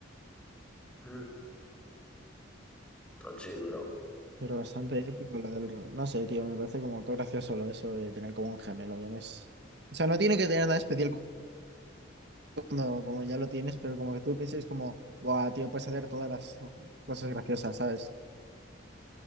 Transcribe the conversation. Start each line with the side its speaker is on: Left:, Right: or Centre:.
Centre: Mm, todo chill, bro.
Right: Pero bastante épico lo del... No sé, tío, me parece como todo gracioso lo de eso de tener como un gemelo. ya no es- O sea, no tiene que tener nada especial cuando como ya lo tienes, pero como que tú pienses como, buah, tío, puedes hacer todas las cosas graciosas, ¿sabes?